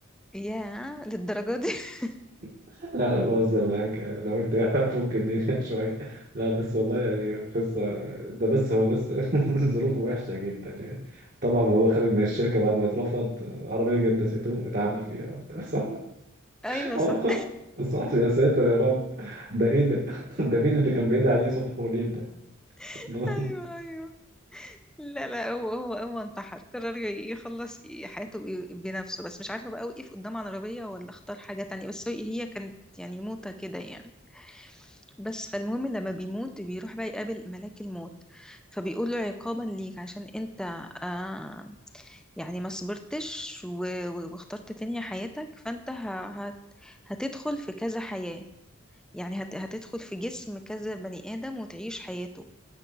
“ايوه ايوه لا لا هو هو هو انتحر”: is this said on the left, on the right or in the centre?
Centre